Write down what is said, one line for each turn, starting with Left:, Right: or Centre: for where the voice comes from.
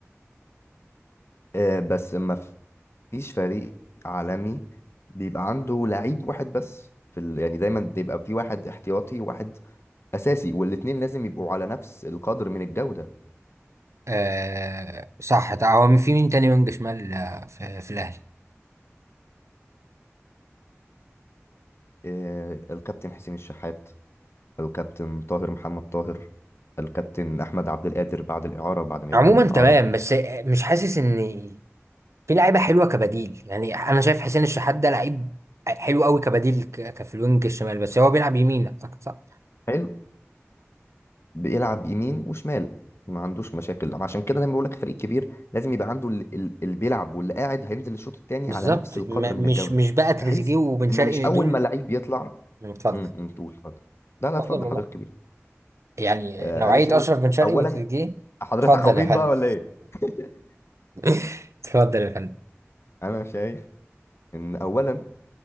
Left: آه بس ما فيش فريق عالمي بيبقى عنده لعيب واحد بس في ال... يعني دايما بيبقى في واحد احتياطي واحد أساسي والاتنين لازم يبقوا على نفس القدر من الجودة
Right: آه صح ده هو في مين تاني وينج شمال آه، في, في الأهلي
Left: آه الكابتن حسين الشحات الكابتن طاهر محمد طاهر الكابتن أحمد عبد القادر بعد الإعارة بعد ما
Right: عموما
Left: يرجع من الإعارة
Right: تمام بس مش حاسس ان في لعيبه حلوه كبديل يعني انا شايف حسين الشحات ده لعيب حلو قوي كبديل ك- كفي الوينج الشمال بس هو بيلعب يمين اعتقد صح
Left: حلو. بيلعب يمين وشمال ما عندوش مشاكل عشان كده دايما بقول لك فريق كبير لازم يبقى عنده ال- ال- اللي بيلعب واللي قاعد هينزل الشوط الثاني
Right: بالظبط
Left: على نفس القدر
Right: م-
Left: من الجوده
Right: مش مش بقى تريزيجيه
Left: بحيث
Right: وبن شرقي
Left: ان مش اول
Right: دول
Left: ما لعيب يطلع
Right: اتفضل
Left: امم تقول اتفضل لا لا اتفضل
Right: اتفضل
Left: حضرتك
Right: والله
Left: كبير
Right: يعني
Left: آه
Right: نوعيه
Left: انا شايف
Right: اشرف بن شرقي
Left: اولا
Right: وتريزيجيه
Left: حضرتك
Right: اتفضل
Left: عبيط
Right: يا فندم
Left: بقى ولا ايه <laughs>
Right: <laughs> اتفضل يا فندم
Left: انا شايف ان اولا